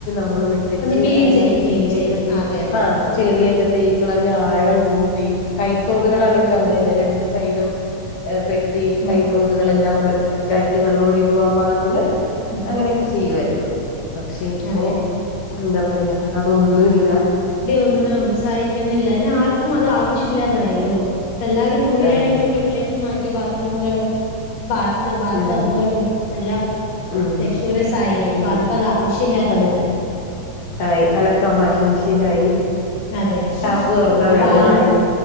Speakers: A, on the left; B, on the left.
A: നമ്മള് വെട്ടിച്ച്
B: ഒന്ന് ക്ലീൻ
A: അതിനകത്ത്
B: ചെയ്യും ക്ലീൻ
A: ചെളിയൊക്കെീ
B: ചെയ്യും അതെ അതെ
A: ആ്
B: അതെ
A: ചെളിയൊക്കെ തേയ്ക്കളഞ്ഞ ആഴം കൂട്ടി കൈ തോടുകളാണെങ്കിലും
B: കൂട്ടി
A: അങ്ങനെ തന്നെ രണ്ട് സൈഡും ആ വെട്ടി ട്ടി കൈത്തോടുകളെല്ലാ
B: ഉം
A: സെറ്റ്ആക്കി വെള്ളം ഒഴുകി പോവാൻ പാകത്തിന്
B: അതെ
A: അങ്ങനെയൊക്കെ ചെയ്യുവായിരുന്നു ഉ പക്ഷെ ഇപ്പോൾ
B: അതെ
A: എന്താ പ അയാ അതൊന്നുംല്ല
B: ഒന്നും ഉത്സാഹിക്കുന്നില്ല അതിനെ ആർക്കും ആവശ്യ ഇല്ലാതായല്ലോ എല്ലാവരും കുളിയാണെങ്കിലും
A: അതെ അതെ
B: വീട്ടിലേക്ക് മാറ്റി ബാത്റൂമുകളും ബാത്ത് ബാത്ത്
A: ഉം
B: ടബ്ബുകളും എല്ലാം
A: ഉം
B: ലക്ഷ്വറീസ് ആയില്ലേ ഇപ്പൊ
A: ഉം
B: ആർക്കും ആവശ്യല്ലാതായി
A: അതെ ആയി അലക്കാൻ വാഷിംഗ് മി മിഷീനായി
B: അതെ
A: ടാപ്പ് തുറന്ന
B: അപ്പൊ
A: വെള്ളമായി
B: ആരും